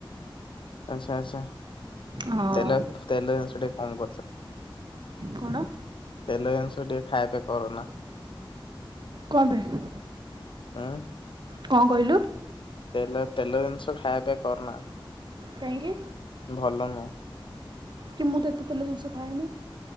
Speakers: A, on the left; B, on the right.
A: ଆଚ୍ଛା ଆଚ୍ଛା
B: ଆଉ
A: ତେଲ ତେଲ ଜିନିଷ ଟିକେ କମ କରୁଥା।
B: କଣ
A: ତେଲ ଜିନିଷ ଟିକେ ଖାଆ ପିଆ କରନା।
B: କଣ ପାଇଁ?
A: ଆଂ
B: କଣ କହିଲୁ
A: ତେଲ ତେଲ ଜିନିଷ ଖାୟ ପିଆ କରନା।
B: କାହିଁକି
A: ଭଲ ନୁହଁ।
B: କି ମୁଁ ତ ଏତେ ତେଲ ଜିନିଷ ଖାଏନି